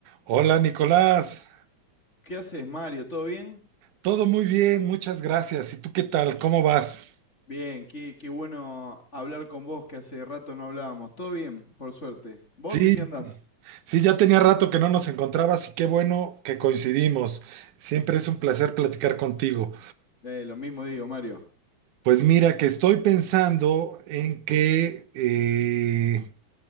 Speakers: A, on the right (about 80°); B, on the left (about 25°).
A: Hola Nicolás,
B: ¿Qué haces, Mario? ¿Todo bien?
A: todo muy bien, muchas gracias. ¿Y tú qué tal? ¿Cómo vas?
B: Bien, qué, qué bueno hablar con vos, que hace rato no hablábamos. ¿Todo bien? Por suerte. ¿Vos
A: Sí,
B: en qué andás?
A: sí, ya tenía rato que no nos encontrabas y qué bueno que coincidimos. Siempre es un placer platicar contigo.
B: Eh, lo mismo digo, Mario.
A: Pues mira, que estoy pensando en que eh,